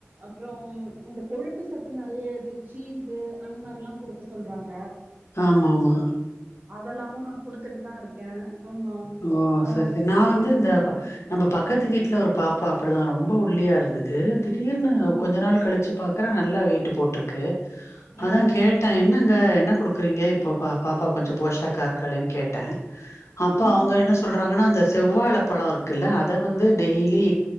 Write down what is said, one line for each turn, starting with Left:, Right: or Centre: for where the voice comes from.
Right: அப்பறோம் இந்த கொழுப்பு சத்து நெறைய இது சீஸ்ஸு அந்த மாரிலா குடுக்க சொல்றாங்க
Left: ஆமா ஆமா
Right: அதல்லாமு நா குடுத்துட்டு தா இருக்கே ஆமா
Left: ஓ
Right: ஆ
Left: சரி சரி நா வந்து இந்த ப நம்ம பக்கத்து வீட்ல ஒரு பாப்பா அப்டிதா ரொம்ப ஒல்லியா இருந்தது திடீ தீடீர்னு
Right: ம்
Left: கொஞ்ச நாள் கழுச்சு பாக்குறே நல்லா வெய்ட்டு போட்ருக்கு அதா
Right: ஆ
Left: கேட்டே என்னங்க என்ன குடுக்குறீங்க இப்போ பா பாப்பா கொஞ்ச போஷாக்கா இருக்காளேன்னு கேட்டே இப்ப
Right: ம்
Left: அவுங்க என்ன சொல்றாங்கன்னா அந்த செவ்வாழ பழொ இருக்குல்ல அ அத வந்து டெய்லி